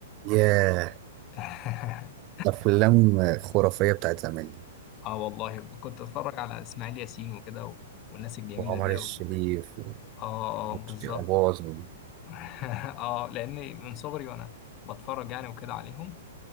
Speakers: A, on the right; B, on the left.
A: يا
B: و... <laughs>
A: أفلام خرافية بتاعت زمان دي
B: اه والله كنت اتفرج على اسماعيل ياسين وكده و... والناس الجميله
A: وعمر
B: دي
A: الشريف
B: قوي اه
A: وبوشتي
B: آه، بالظبط
A: أباظ و-
B: <laughs> اه لاني من صغري وانا بتفرج يعني وكده عليهم